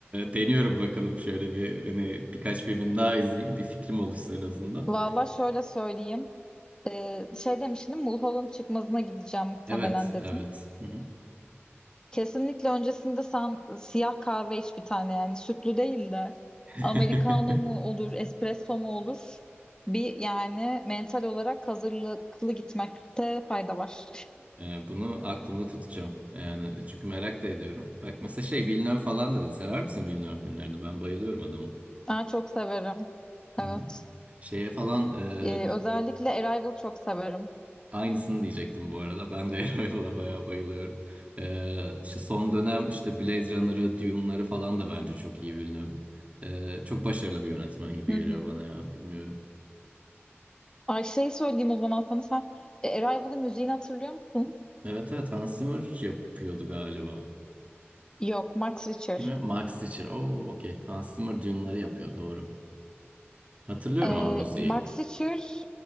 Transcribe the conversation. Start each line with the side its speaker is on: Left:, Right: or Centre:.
Right: deniyorum bakalım şöyle bir hani birkaç filmin daha izleyeyim. Bir fikrim oluşsun en azından.
Left: Valla şöyle söyleyeyim. E, şey demiştim Mulholland çıkmazına gideceğim muhtemelen
Right: Evet,
Left: dedim.
Right: evet. Hı hı.
Left: Kesinlikle öncesinde sen siyah kahve iç bir tane yani sütlü değil de
Right: <laughs>
Left: americano mu olur, espresso mu olur? Bir yani mental olarak hazırlıklı gitmekte fayda var.
Right: Yani bunu aklımda tutacağım. Yani çünkü merak da ediyorum. Bak mesela şey Villeneuve falan dedi. Sever misin Villeneuve filmlerini? Ben bayılıyorum adamı.
Left: Ben çok severim.
Right: Hı
Left: Evet.
Right: hı. Şeye falan e,
Left: Ee, özellikle Arrival çok severim.
Right: Aynısını diyecektim bu arada. Ben de <laughs> Arrival'a bayağı bayılıyorum. Ee, işte son dönem işte Blade Runner'ı, Dune'ları falan da bence çok iyi Villeneuve'ın. Ee, çok başarılı bir yönetmen gibi
Left: Hı
Right: geliyor
Left: hı.
Right: bana ya. Bilmiyorum.
Left: Ay şey söyleyeyim o zaman sana sen e, Arrival'ın müziğini hatırlıyor musun?
Right: Evet evet Hans Zimmer yapıyordu galiba.
Left: Yok, Max Richter.
Right: Kimi? Max Richter. Oo okey. Hans Zimmer Dune'ları yapıyor doğru. Hatırlıyorum
Left: Ee,
Right: ama müziği.
Left: Max Richter